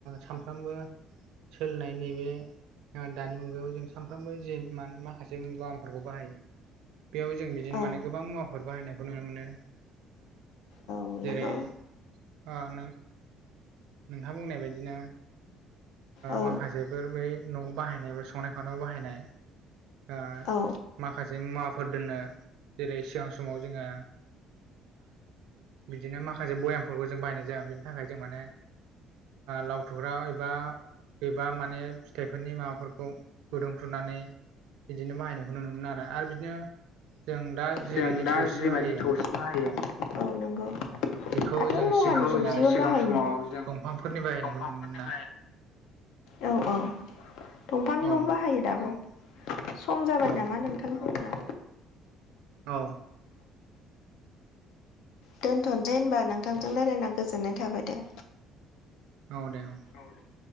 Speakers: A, on the right; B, on the left.
A: सामफ्रामबो सोलिनाय नैबे दानि मुगायाव जों सानफ्रामबो जे म माखासे मुवाफोरखौ बाहायो। बेयाव जों बिदिनो
B: औ
A: माने गोबां मुवाफोर बाहायनायखौ नुनो मोनो।
B: औ
A: जेरै
B: नंगौ
A: आ नोंथाङा नोंथां बुंनाय बायदिनो
B: औ
A: माखासे बेफोर बै न'आव बाहायनाय ब संनाय खावनायाव बाहायनाय दा
B: औ
A: माखासे मुवाफोर दोननो जेरै सिगां समाव जोंङो बिदिनो माखासे भयामफोरखौ जों बायनाय जाया बिनि थाखाय जों माने लाव थुग्रा एबा गबा माने फिथाइफोरनि माबाफोरखौ गुदुं खुरनानै बिदिनो बाहायनायखौ नुनो मोनो आरो बिदिनो जों दा जिबायदि
B: जों दा
A: थौसि
B: जिबायदि
A: बाहायो
B: थौसि होयो औ नंगौ।
A: बेखौ
B: दाथ'
A: जों
B: लहानि
A: सिगां
B: फसे
A: समाव
B: बाहायनाय
A: जों
B: दफांनि
A: दंफांफोरनि बाहायनायखौ नुनो मोना
B: अ औ। दंफांनिखौबो
A: औ
B: बाहायो दाबो सम जाबाय
A: औ
B: नामा नोंथां।
A: औ।
B: दोनथ'नोसै होनबा नोंथांजों राय्लायना गोजोननाय थाबाय।
A: औ दे।
B: औ दे